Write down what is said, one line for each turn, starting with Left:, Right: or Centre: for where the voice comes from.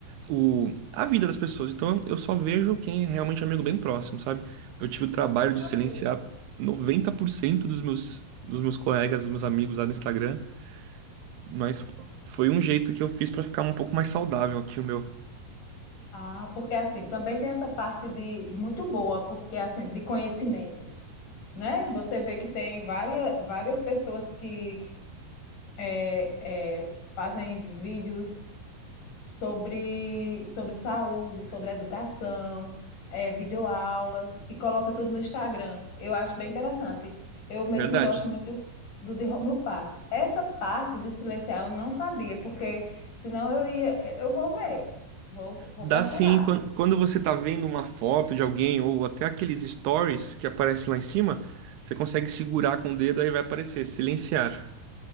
Right: o, a vida das pessoas. Então eu só vejo quem é realmente amigo bem próximo, sabe? Eu tive o trabalho de
Left: Sabia.
Right: silenciar 90% dos meus, dos meus colegas, dos meus amigos lá no Instagram, mas foi um jeito que eu fiz pra ficar um pouco mais saudável aqui o meu.
Left: Ah, porque assim, também tem essa parte de muito boa, porque assim, de conhecimentos, né? Você vê que tem várias, várias pessoas que é, é, fazem vídeos sobre, sobre saúde, sobre educação, é, videoaulas e coloca tudo no Instagram. Eu acho bem interessante. Eu mesmo
Right: Verdade.
Left: gosto muito do de Rômulo Passo. Essa parte de silenciar eu não sabia, porque senão eu ia, eu vou ver, vou, vou
Right: Dá
Left: procurar.
Right: sim, quan- quando você tá vendo uma foto de alguém ou até aqueles stories que aparecem lá em cima, você consegue segurar com o dedo, aí vai aparecer, silenciar.